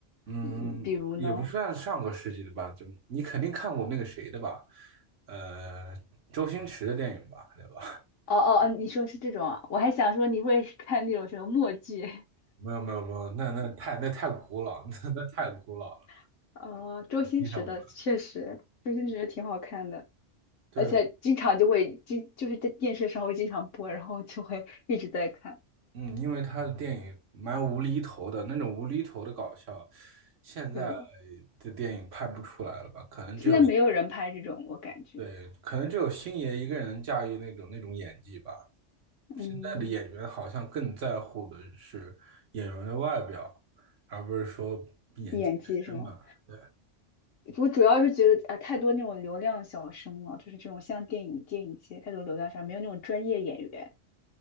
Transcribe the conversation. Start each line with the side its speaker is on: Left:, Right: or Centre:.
Right: 嗯，
Left: 嗯比如呢？
Right: 也不算上个世纪的吧，就你肯定看过那个谁的吧，呃，周星驰的电影吧，对吧？
Left: 哦哦，哦，你说是这种啊？我还想说你会看那种什么默剧，
Right: <laughs> 没有没有没有，那那太那太古老，<laughs> 那那太古老了，
Left: <laughs> 哦，周星驰的确实，
Right: 欣赏不了。
Left: 周星驰的挺好看的。
Right: 对
Left: 而且经常就会经就是在电视上会经常播，然后就会一直在看。
Right: 嗯，因为他的电影蛮无厘头的，那种无厘头的搞笑，现在
Left: 对的，
Right: 的电影拍不出来了吧？可能只有，
Left: 现在没有人拍这种，我感觉
Right: 对，可能只有星爷一个人能驾驭那种那种演技吧。现在的演员好像更在乎的是演员的外表，
Left: 嗯，
Right: 而不是说演技本身吧。
Left: 演技是吗？
Right: 对，
Left: 我主要是觉得啊、太多那种流量小生了，就是这种像电影电影界太多流量小生，没有那种专业演员，